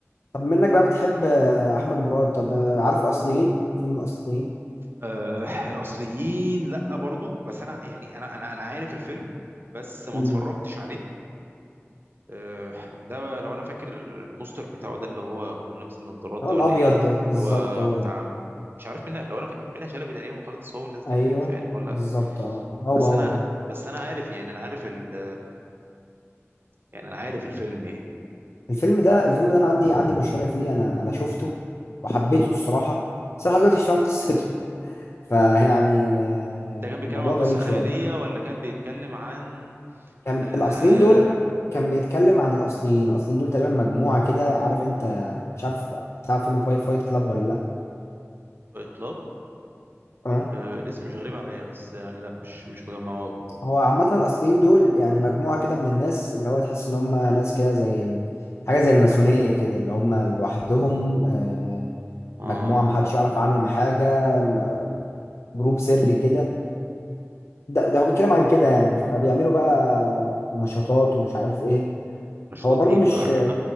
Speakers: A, on the left; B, on the right.
A: طب منك بقى بتحب آه، احمد مراد طب آه، عارف الاصليين فيلم الاصليين
B: أه الاصليين لا برضو بس انا يعني انا انا انا عارف الفيلم بس ما
A: امم
B: اتفرجتش عليه أه ده لو انا فاكر البوستر بتاعه ده اللي هو كلهم لابسين نظارات ده
A: هو الابيض
B: ولا ايه
A: ده، بالظبط
B: اللي هو
A: هو
B: بتاع
A: ده
B: مش عارف منها لو انا فاكر منها شلبي تقريبا وخالد الصاوي والناس دي
A: ايوه
B: فيه مش عارف ولا لا
A: بالظبط اه
B: بس
A: هو هو
B: انا
A: ده
B: بس انا عارف يعني انا عارف ال يعني انا عارف الفيلم يعني
A: الفيلم ده الفيلم ده انا عندي
B: أه
A: عندي مشكله فيه انا انا شفته وحبيته الصراحه بس انا لحد دلوقتي مش فاهم قصته <laughs> فيعني آه،
B: ده كان بيتكلم
A: موضوع
B: عن قصة
A: غريب
B: خيالية
A: شويه
B: ولا كان بيتكلم عن
A: كان
B: آه...
A: الاصليين دول كان بيتكلم عن الاصليين الاصليين دول تقريبا مجموعه كده عارف انت مش عارف تعرف فيلم فايت فايت كلاب ولا لا
B: فايت كلاب
A: أه؟
B: آه... الاسم مش غريب عليا بس يعني لا مش مش مجمعه أوي.
A: هو عامة الأصليين دول يعني مجموعة كده من الناس اللي هو تحس إن هم ناس كده زي ال... حاجة زي الماسونية كده اللي هم لوحدهم آه،
B: اه
A: مجموعة محدش يعرف عنهم حاجة م- جروب سري كده ده, ده هو بيتكلم عن كده يعني فبيعملوا بقى نشاطات ومش عارف إيه
B: نشاطات
A: هو برضو
B: ايه
A: مش
B: بتبقى